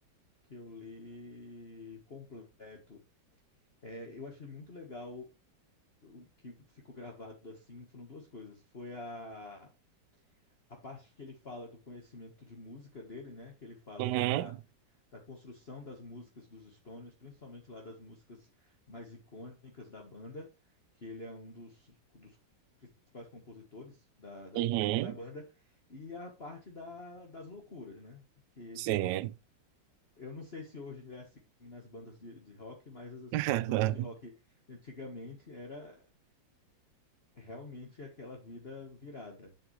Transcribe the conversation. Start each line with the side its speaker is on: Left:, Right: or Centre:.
Left: que eu li completo. É, eu achei muito legal o que ficou gravado assim. Foram duas coisas. Foi a, a parte que ele fala do conhecimento de música dele, né? Que ele fala
Right: Uhum,
Left: da, da construção das músicas dos Stones, principalmente lá das músicas mais icônicas da banda, que ele é um dos, dos principais compositores da- das
Right: uhum,
Left: músicas da banda, e a parte da- das loucuras, né? Que
Right: sim.
Left: eu não sei se hoje é assim nas bandas de, de rock, mas as,
Right: <laughs>
Left: as bandas de rock antigamente era realmente aquela vida virada.